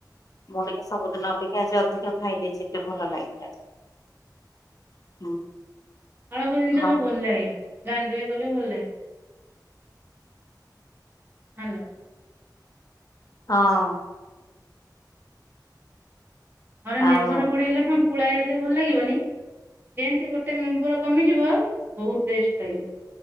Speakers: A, on the left; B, on the right.
A: ମୁଁ ଟି ସବୁଦିନ ଅପେକ୍ଷା ଆଜି ଅଧିକ ଖାଇ ଦେଇଛି ଏତେ ଭଲ ଲାଗିଲା ଯେ ହୁଁ।
B: ଅଳପ ଜିନିଷ ସବୁ
A: ଆଉ
B: ଭଲ ଲାଗେ ଗାଣ୍ଡୁଏ କଲେ ଭଲ ଲାଗେ। ଭଲ।
A: ହଁ।
B: ଘରେ ମେମ୍ବର
A: ଆଉ
B: ବଢ଼ି ଗଲେ କଣ ପୁଳାଏ ହେଲେ ଭଲ ଲାଗିବନି। ଯେମତି ଗୋଟେ ମେମ୍ବର କମିଯିବ ବହୁତ ଟେଷ୍ଟ ଲାଗିବ।